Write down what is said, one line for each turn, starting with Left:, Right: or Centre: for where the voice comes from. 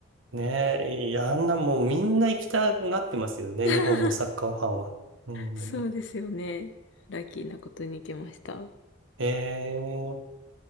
Right: ねえ、いや、あんなもうみんな行きたがってますよね、
Left: <laughs>
Right: 日本のサッカーファンは。うん。
Left: そうですよね。ラッキーなことに行きました。
Right: ええ